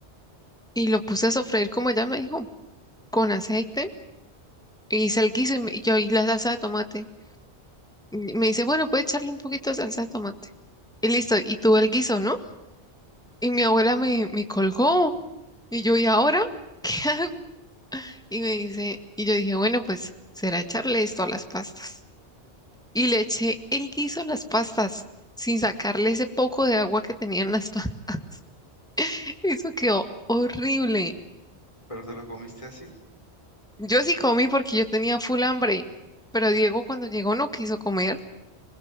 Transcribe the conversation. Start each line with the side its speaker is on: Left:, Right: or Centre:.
Centre: y lo puse a sofreír como ella me dijo, con aceite. Y hice el guiso y, me- y yo y la salsa de tomate. Y me dice, bueno, puede echarle un poquito de salsa de tomate. Y listo, y tuve el guiso, ¿no? Y mi abuela me, me colgó. Y yo, ¿y ahora <laughs> qué hago? Y me dice, y yo dije, bueno, pues será echarle esto a las pastas. Y le eché el guiso a las pastas sin sacarle ese poco de agua que tenían las <laughs> pastas. Eso quedó horrible.
Left: ¿Pero te lo comiste así?
Centre: Yo sí comí porque yo tenía full hambre, pero Diego cuando llegó no quiso comer.